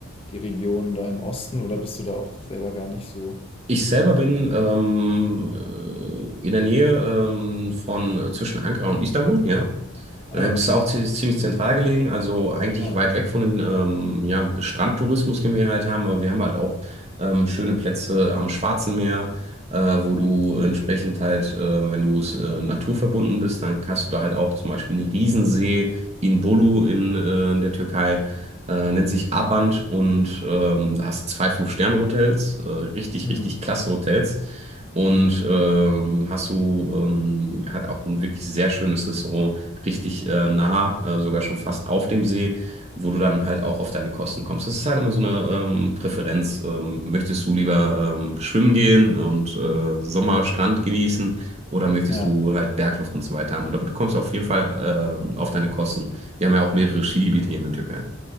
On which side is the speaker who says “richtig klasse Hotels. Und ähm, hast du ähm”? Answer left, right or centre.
Right